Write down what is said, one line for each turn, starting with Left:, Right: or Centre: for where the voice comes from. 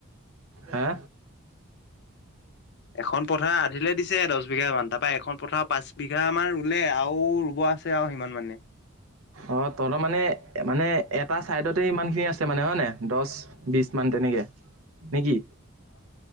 Right: হে।
Left: এখন পথাৰ আধিলে দিছে দছ বিঘামান তাৰপা এখন পথাৰ পাঁচ বিঘামান ৰুলে আৰু ৰুব আছে আৰু সিমান মানে।
Right: অ' তহঁতৰ মানে-মানে এটা চাইডতে ইমান খিনি আছে মানে হয় নে দছ বিছ মান। উম, তেনেকে নে কি।